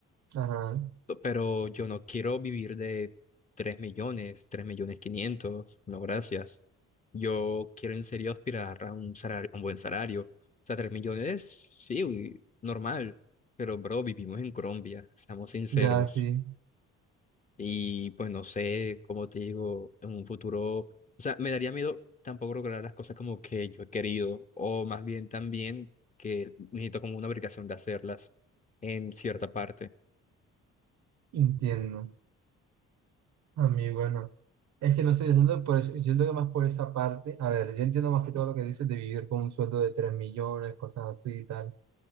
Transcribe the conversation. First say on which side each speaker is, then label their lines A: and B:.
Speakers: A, on the right; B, on the left.
A: Ajá,
B: pero yo no quiero vivir de 3 millones, 3 millones 500 no gracias. Yo quiero en serio aspirar a un salario, un buen salario. O sea, 3 millones, sí, uy, normal, pero bro, vivimos en Colombia, seamos sinceros.
A: ya sí,
B: Y pues no sé, como te digo, en un futuro, o sea, me daría miedo tampoco lograr las cosas como que yo he querido, o más bien también que necesito como una obligación de hacerlas en cierta parte.
A: entiendo. A mí, bueno, es que no sé, yo siento, que por eso- siento que más por esa parte, a ver, yo entiendo más que todo lo que dices de vivir con un sueldo de 3 millones, cosas así y tal,